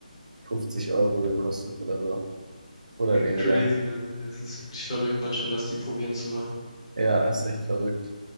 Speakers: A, on the right (about 65°); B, on the left (about 30°).
A: 50 Euro gekostet oder so. Oder weniger.
B: Crazy, man. Es ist wirklich verrückt manchmal, was die probieren zu machen.
A: Ja, ist echt verrückt.